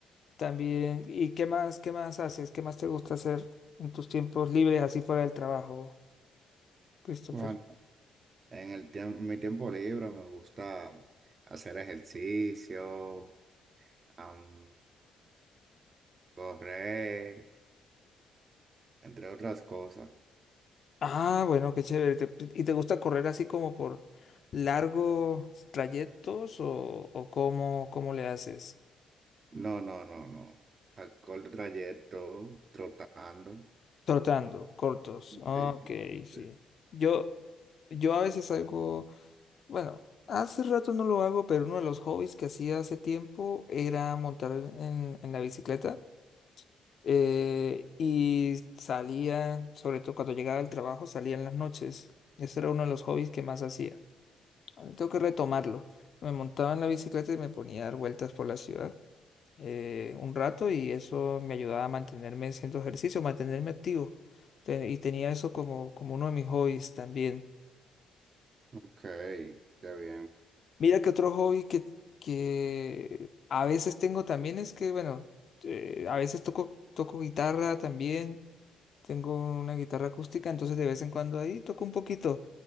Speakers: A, on the left; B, on the right.
A: También, ¿y qué más, qué más haces? ¿Qué más te gusta hacer en tus tiempos libres así fuera del trabajo, Christopher?
B: Bueno, en el tiemp- mi tiempo libre me gusta hacer ejercicio, am, correr, entre otras cosas.
A: Ah, bueno, qué chévere. Te- ¿Y te gusta correr así como por largos trayectos o, o cómo, cómo le haces?
B: No, no, no, no. A corto trayecto, trotando.
A: Trotando, cortos. Ok,
B: Sí.
A: sí.
B: sí.
A: Yo, yo a veces salgo. Bueno, hace rato no lo hago, pero uno de los hobbies que hacía hace tiempo era montar en, en la bicicleta. eh, y salía, sobre todo cuando llegaba del trabajo, salía en las noches. Ese era uno de los hobbies que más hacía. Ahora Tengo que retomarlo. Me montaba en la bicicleta y me ponía a dar vueltas por la ciudad eh, un rato y eso me ayudaba a mantenerme haciendo ejercicio, mantenerme activo. Te- Y tenía eso como, como uno de mis hobbies también.
B: Ok, qué bien.
A: Mira que otro hobby que, que a veces tengo también es que, bueno, eh, a veces toco, toco guitarra también, tengo una guitarra acústica, entonces de vez en cuando ahí toco un poquito.